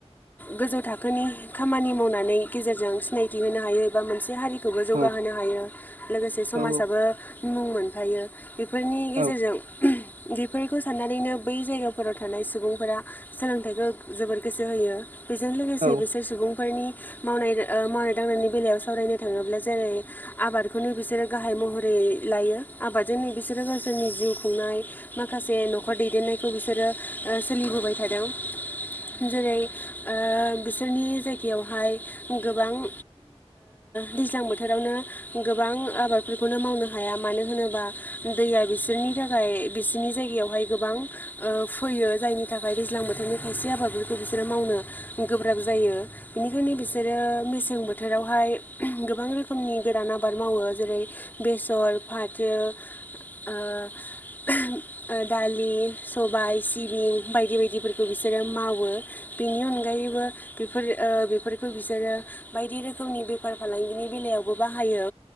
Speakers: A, on the left (about 15°); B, on the right (about 80°).
A: गोजौ थाखोनि खामानि मावनानै गेजेरजों सिनायथि होनो हायो एबा मोनसे हारि खौबो जौगाहोनो
B: औ
A: हायो लोगोसे समाजाबो
B: औ औ
A: मुं मोनफायो। बेफोरनि गेजेरजों
B: औ
A: बेफोरखौ साननानैनो बै जायगाफोराव थानाय सुबुंफोरा सोलोंथाइखौ जोबोर गोसो होयो। बिजों लोगोसे
B: उम
A: बिसोर सुबुंफोरनि मावनाय ओ मावनाय दांनायनि बेलायाव सावरायनो थाङोब्ला जेरै आबादखौनो बिसोरो गाहाय महरै लायो आबादजोंनो बिसोरो गावसोरनि जिउ खुंनाय माखासे न'खर दैदेननाय खौ बिसोरो ओ सोलिबोबाय थादों। जेरै बिसोरनि जायगायावहाय गोबां ओ दैज्लां बोथोरावनो गोबां गोबां आबादफोरखौनो मावनो हाया मानो होनोबा दैया बिसोरनि थाखाय बिसोरनि जायगायावहाय गोबां ओ फैयो जायनि थाखाय दैज्लां बोथोरनि खायसे आबादफोरखौ बिसोरो मावनो गोब्राब जायो। बेनिखायनो बिसोरो मेसें बोथोरावहाय गोबां रोखोमनि गोरान आबाद मावो। जेरै बेसर, फाथो, ओ ओ दालि सबाय, सिबिं बायदि बायदिफोरखौ बिसोरो मावो। बेनि अनगायैबो बेफोरो ओ बेफोरखौ बिसोरो बायदि रोखोमनि बेफार फालांगिनि बेलायावबो बाहायो।